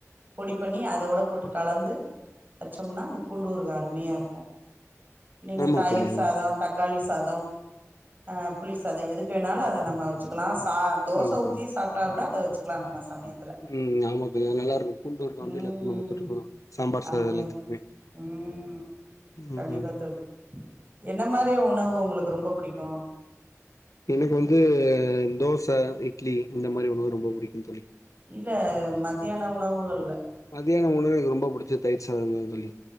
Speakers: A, on the right; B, on the left.
A: பொடி பண்ணி அதோட போட்டு கலந்து வெச்சோம்னா அந்த பூண்டு ஊறுகா ‌‌அருமையா இருக்கோ நீங்க
B: ஆமா
A: தயிர்
B: தோழி
A: சாதோ
B: ஆமா தோழி
A: தக் காளி சாதம் ஆ புளி சாதம் எதுக்கு வேணாலு அத நம்ம வெச்சிக்கலா சா தோச
B: ம்
A: ஊத்தியே சாப்ட்டாலோ கூட அத வெச்சுக்கலா நம்ம சமயத்
B: ம் ஆமா தோழி நல்லா இருக்கோ பூண்டு ஊறுகா வந்து
A: ம்
B: எல்லா சாப்பாட்டுக்குமே இருக்கோ சாம்பார்
A: அருமையா
B: சாதோ எல்லாத்துக்குமே
A: இருக்கும் ம்
B: ம்
A: கண்டிப்பா
B: ம்
A: தோழி என்ன மாரிய உணவு உங்குளுக்கு ரொம்ப புடிக்கோ
B: எனக்கு வந்து தோச இட்லி இந்த மாரி உணவு ரொம்ப பிடிக்கோ தோழி
A: இல்ல மத்தியானோ உணவுகள்ல
B: மத்தியானோ உணவுல ரொம்ப பிடிச்சது தயிர் சாதம்தா தோழி